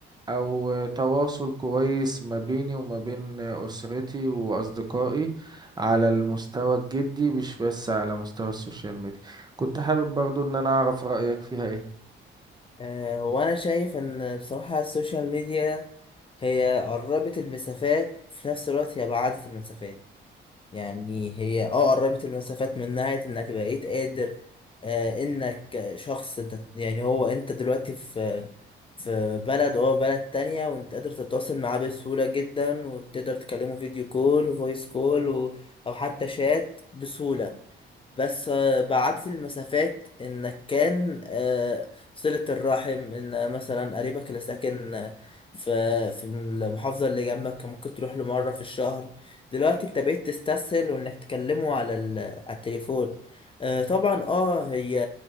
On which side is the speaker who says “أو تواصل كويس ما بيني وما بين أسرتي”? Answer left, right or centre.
Right